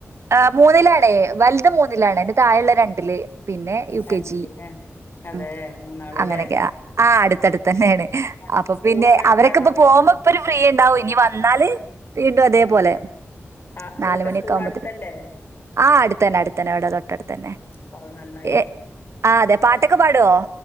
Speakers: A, on the right; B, on the left.
A: ഏഹ് മൂന്നിലാണേ വൽത് മൂന്നിലാണ് ൻ്റെ തായെള്ളെ രണ്ടില് പിന്നെ യു
B: രണ്ടില്
A: കെ ജി
B: ആഹ് അതേ
A: ഉം
B: മൂന്നാള്ല്ലേ
A: അങ്ങനെക്കെ ആഹ് അടുത്തട് തെന്നേണ്
B: ആഹ്
A: അപ്പൊ
B: സ്കൂളൊക്കെ
A: പിന്നെ
B: അടുത്താണോ
A: അവരൊക്കെ ഇപ്പ പോമ്പോ ഇപ്പൊരു ഫ്രീയിണ്ടാവും ഇഞി വന്നാല് വീണ്ടും അതേപോലെ
B: ഉം ആഹ് അവരൊക്കെ
A: നാലുമണിയൊക്കെ
B: സ്കൂൾ
A: ആമ്പോത്തിന്
B: അടുത്തല്ലേ
A: ആഹ് അട്ത്തന്നെ അട്ത്തന്നെ ഇവ്ടെ തൊട്ടട്ത്തന്നെ
B: ഉം അപ്പൊ അത് നന്നായി
A: ഏഹ് ആവ് അതെ പാട്ടൊക്കെ പാടോ